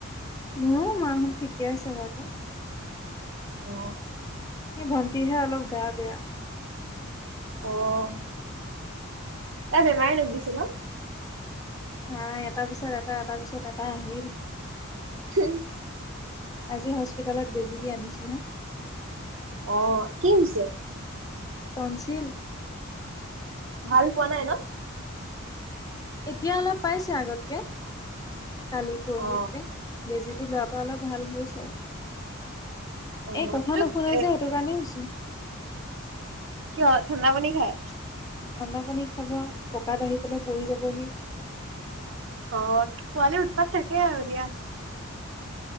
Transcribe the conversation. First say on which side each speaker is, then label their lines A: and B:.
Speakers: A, on the left; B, on the right.
A: মোৰো মাহত ঠিকে আছে বাৰুতে।
B: অহ'।
A: এ ভণ্টিহে অলপ গা বেয়া।
B: অ' তাই বেমাৰে নুগোছে ন?
A: নাই, এটা পিছত এটা এটা পিছত এটা আহিয়ে থাকে।
B: <unintelligible>
A: আজি হস্পিতেলত বেজি দি আনিছোহে।
B: অ' কি হৈছে?
A: টনছিল।
B: ভাল পোৱা নাই ন।
A: এতিয়া অলপ পাইছে, আগতকে কালি-পৰহিতকে।
B: অ
A: বেজিটো লোৱাৰ পৰা অলপ ভাল হৈছে,
B: অ
A: এই কথা
B: এইটো
A: নুশুনে
B: এ
A: যে তোৰ কাৰণেই হৈছে।
B: কিয় ঠাণ্ডা পানী খায়?
A: ঠাণ্ডা পানী খাব, পকাত আহি পেলাই বহি যাবহি।
B: অ', পোৱালিৰ উৎপাত থাকে আৰু দিয়া।